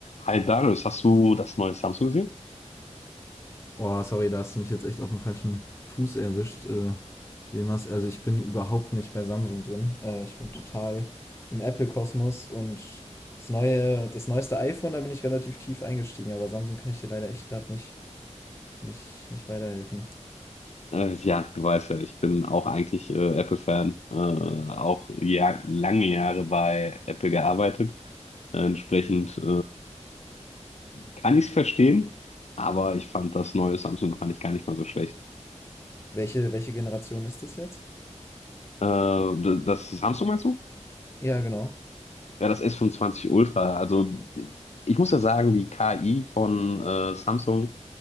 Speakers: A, on the left; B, on the left.
A: Hi Darius, hast du das neue Samsung gesehen?
B: Oh, sorry, da hast du mich jetzt echt auf dem falschen Fuß erwischt. Äh, Jemals, also ich bin überhaupt nicht bei Samsung drin. Äh, ich bin total im Apple-Kosmos und das neue, das neueste iPhone, da bin ich relativ tief eingestiegen, aber Samsung kann ich dir leider echt gerade nicht, nicht, nicht weiterhelfen.
A: Äh, ja, du weißt ja, ich bin auch eigentlich äh, Apple-Fan, äh, auch ja, lange Jahre bei Apple gearbeitet. Entsprechend äh, kann ich es verstehen, aber ich fand das neue Samsung fand ich gar nicht mal so schlecht.
B: Welche, welche Generation ist das jetzt?
A: Äh, d- das Samsung meinst du?
B: Ja, genau.
A: Ja, das S25 Ultra. Also ich muss ja sagen, die KI von äh, Samsung